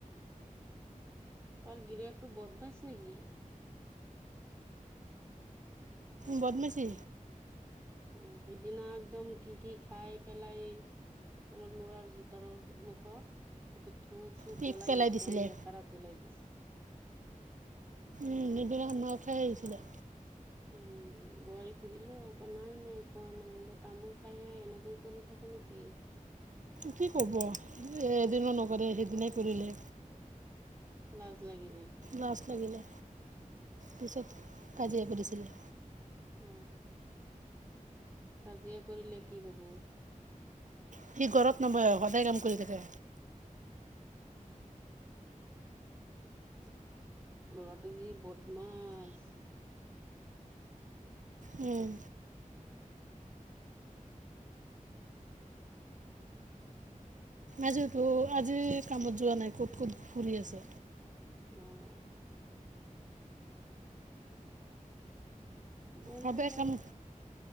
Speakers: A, on the right; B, on the right.
A: তাৰ গিৰিয়েক টো বদমাছ নেকি
B: বদমাচি
A: অ সেইদিনা একদম কি কি খাই পেলাই আমাৰ লৰাৰ জোতাৰ মুখত এক থু চু
B: পিক
A: পেলাই একদম
B: দিছিলে
A: লেতেৰা কৰিলাই দিছে
B: উমদৰে আমখাই কছিলিলে
A: উম বোৱাৰী সুধিলো আকৌ নাই নাই খোৱা নাই তামোল খাই এনেকৈ কৰি থাকে নেকি
B: কি কব এ এদিনো নকৰে সেইদিনাই কৰিলে
A: লাজ লাগিলে
B: লাজ লাগিলে পিছত কাজিয়া কৰিছিলে
A: অ কাজিয়া কৰিলে কি হ'ব।
B: সি ঘৰত নবহে সদায় কাম কৰি থাকে।
A: ল'ৰাটো যি বদমাছ।
B: উম। আজিতো আজি কামত যোৱা নাই ক'ত ক'ত ফুৰি আছে।
A: অহ। বন্ধুৰ
B: সদায়
A: লগত।
B: কাম